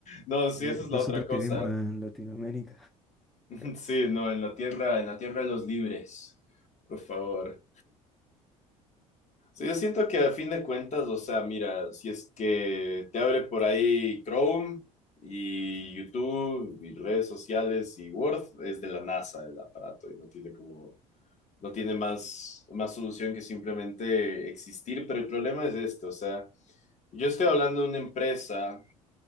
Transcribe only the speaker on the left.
No, sí,
esa es
la otra cosa.
<laughs>
Sí, no, en la tierra, en la tierra de los libres, por favor. Sí, yo siento que a fin de cuentas, o sea, mira, si es que te abre por ahí Chrome y YouTube y redes sociales y Word, es de la NASA el aparato y no tiene como, no tiene más, más solución que simplemente existir, pero el problema es este, o sea, yo estoy hablando de una empresa